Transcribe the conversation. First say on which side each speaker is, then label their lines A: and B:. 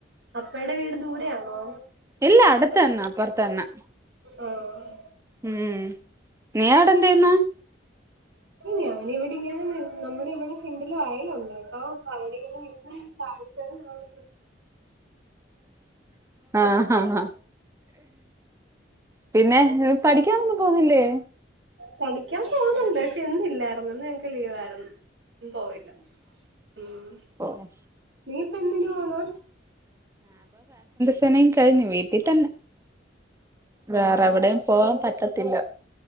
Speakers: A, on the right (about 75°); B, on the right (about 15°).
A: അപ്പയുടെ വീട് ദൂരയാണോ?
B: ഇല്ല അടുത്ത തന്നെ അപ്പുറത്ത് തന്നെ
A: ആഹ്
B: ഉം നീ അവിടെ എന്താ ചെയ്യുന്നേ
A: ഞാനിവിടെങ്ങനെ നമ്മുടെ ഇവടെ ഫ്രണ്ടില് വയലുണ്ട് കേട്ടോ അവിടിം ഇവിടിം നിന്ന് കാഴ്ചകള് കാണ്ന്ന്
B: ആഹ് ആഹ് പിന്നെ, പഠിക്കാനൊന്നും പോവുന്നില്ലേ.
A: പഠിക്കാൻ പോവുന്നുണ്ട്, പക്ഷെ ഇന്നില്ലായിരുന്നു. ഇന്ന് ഞങ്ങക്ക് ലീവായിരുന്നു. ഇന്ന് പോയില്ല ഉം
B: ഓഹ്.
A: നീ ഇപ്പ എന്തിന് പോന്ന്?
B: പണിം കഴിഞ്ഞു വീട്ടിൽ തന്നെ വേറെ എവിടെയും പോവാൻ പറ്റത്തില്ല